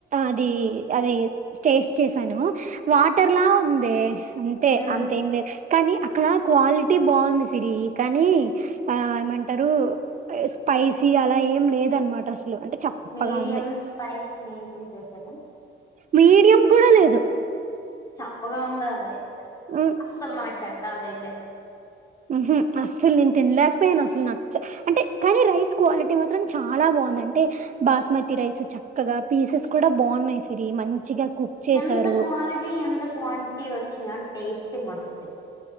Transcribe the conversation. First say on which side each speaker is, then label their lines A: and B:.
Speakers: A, on the right (about 40°); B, on the left (about 20°).
A: అది అది స్టేస్ చేసాను వాటర్ లా ఉందె అంతే
B: ఉమ్
A: అంతేం లేదు కానీ అక్కడ క్వాలిటీ బాగుంది సిరి కానీ ఆ ఏమంటారు స్పైసీ అలా ఏం లేదనమాట అసలు అంటే చప్పగా
B: మీడియం
A: ఉంది
B: స్పైస్ మెయింటైన్ చేస్తారా
A: మీడియం కూడా లేదు
B: చప్పగా ఉందా వేస్ట్
A: హ్మ్
B: అస్సలు మనకు సెట్ అవ్వదు అయితే
A: మ్మ్ఉహ్మ్ అస్సలు నేను తినలేకపోయాను అసలు నచ్చ అంటే కానీ రైస్ క్వాలిటీ మాత్రం చాలా బా బాందంటే బాస్మతి రైస్ చక్కగా పీసెస్ కూడా బాగున్నాయి సిరి మంచిగా కుక్ చేశారు.
B: ఎంత క్వాలిటీ ఎంత కవాంటిటీ వచ్చినా టేస్ట్ మస్ట్ తు